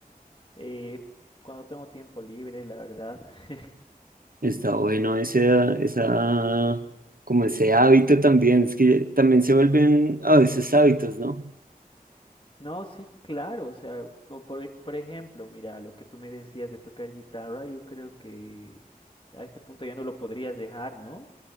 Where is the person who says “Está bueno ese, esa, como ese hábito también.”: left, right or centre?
Right